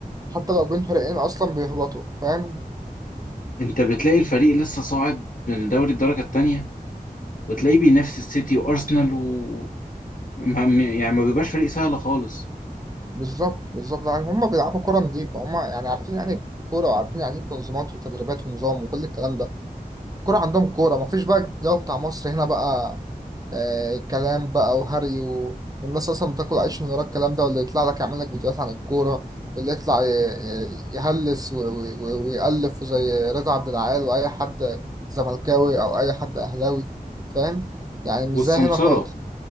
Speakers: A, on the right; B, on the left.
A: حتى لو بين فريقين اصلا بيهبطوا فاهم
B: انت بتلاقي الفريق لسه صاعد من دوري الدرجة التانية وتلاقيه بينافس السيتي وارسنال و ما- يعني ما بيبقاش فريق سهل خالص
A: بالظبط بالظبط يعني هم بيلعبوا كرة نظيفة هم يعني عارفين يعني إيه كورة وعارفين يعني إيه تنظيمات وتدريبات ونظام وكل الكلام ده الكورة عندهم كورة مفيش بقى الجو بتاع مصر هنا بقى آه كلام بقى وهري و... والناس أصلا بتاكل عيش من ورا الكلام ده واللي يطلع لك يعمل لك فيديوهات عن الكورة واللي يطلع ي- ي- يهلس و... و... ويألف زي رضا عبد العال وأي حد زملكاوي أو أي حد أهلاوي فاهم يعني مش
B: والسمسرة
A: زي هنا خالص